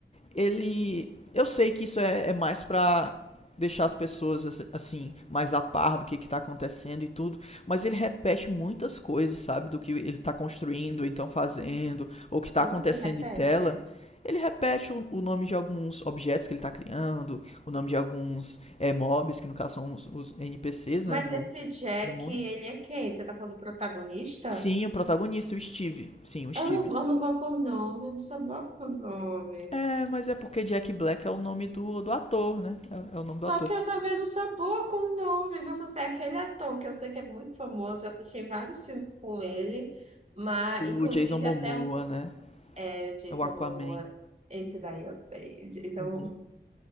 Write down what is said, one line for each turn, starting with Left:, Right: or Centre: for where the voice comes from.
Left: ele. Eu sei que isso é, é mais pra deixar as pessoas assim assim, mais a par do que que tá acontecendo e tudo, mas ele repete muitas coisas, sabe, do que ele tá construindo, ou então fazendo, ou que
Right: Como
Left: tá acontecendo
Right: assim? Repete.
Left: em tela. Ele repete o, o nome de alguns objetos que ele tá criando, o nome de alguns é, mobs, que no caso são os, os NPCs,
Right: Mas
Left: né, do,
Right: esse Jack,
Left: do mundo.
Right: ele é quem? Você tá falando do protagonista?
Left: Sim, o protagonista, o Steve. Sim, o Steve.
Right: Eu não, eu não vou por nome, eu não sou boa por nomes.
Left: É, mas é porque Jack Black é o nome do, do ator, né? É, é o nome
Right: Só
Left: do ator.
Right: que eu também não sou boa com nomes. Eu só sei aquele ator que eu sei que é muito famoso. Eu assisti vários filmes com ele, mas
Left: O
Right: inclusive
Left: Jason Momoa,
Right: até um
Left: né?
Right: é, o Jason
Left: É o Aquaman.
Right: Momoa. Esse daí eu sei. o Jason
Left: Uhum.
Right: Momoa,